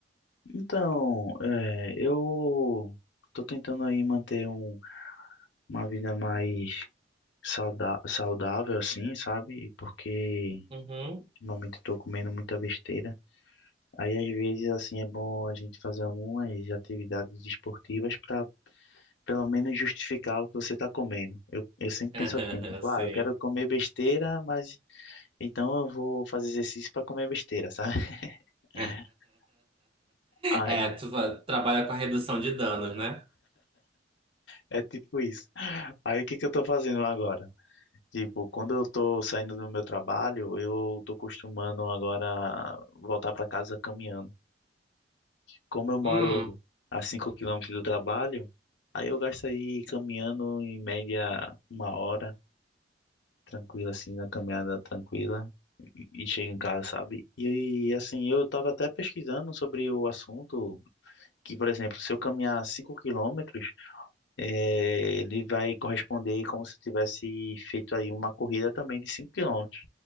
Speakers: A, on the left; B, on the right.
A: Então, é, eu tô tentando aí manter um, uma vida mais sauda saudável, assim, sabe? Porque
B: Uhum.
A: Ultimamente estou comendo muita besteira. Aí, às vezes, assim, é bom a gente fazer algumas atividades esportivas para, pelo menos, justificar o que você está comendo. Eu, eu sempre
B: <laughs>
A: penso assim, tipo,
B: Sim.
A: ah, eu quero comer besteira, mas então eu vou fazer exercício para comer besteira, sabe? <laughs>
B: <laughs>
A: Aí,
B: É, tu fa- trabalha com a redução de danos, né?
A: é tipo isso. Aí, o que que eu estou fazendo agora? Tipo, quando eu estou saindo do meu trabalho, eu estou costumando agora voltar para casa caminhando. Como eu moro
B: Hum,
A: a 5 quilômetros do trabalho, aí eu gasto aí caminhando em média uma hora, tranquila, assim, na caminhada tranquila, e e chego em casa, sabe? E assim, eu tava até pesquisando sobre o assunto, que, por exemplo, se eu caminhar 5 quilômetros, eh, ele vai corresponder como se eu tivesse feito aí uma corrida também de 5 quilômetros.